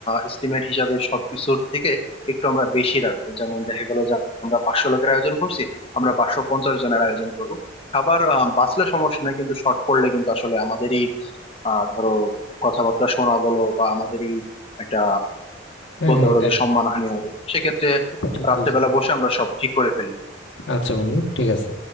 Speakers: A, on the left; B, on the left.
A: এস্টিমেট হিসাবে সবকিছুর থেকে একটু আমরা
B: হুম।
A: বেশি রাখবো যেমন দেখা গেল যে আমরা পাঁচশো লোকের আয়োজন করছি আমরা পাঁচশো পঞ্চাশ জনের আয়োজন করব খাবার আহ, বাঁচলে সমস্যা নাই কিন্তু শর্ট পড়লে কিন্তু আসলে আমাদেরই আহ ধরো কথাবার্তা শোনা বলো বা আমাদেরই একটা
B: হ্যাঁ
A: বলতে
B: হ্যাঁ
A: পারো
B: এটা
A: যে সম্মানহানি হবে সেক্ষেত্রে
B: এটা ঠিক
A: রাত্রেবেলা
B: বলছো
A: বসে আমরা সব ঠিক করে ফেলি
B: আচ্ছা বন্ধু ঠিক আছে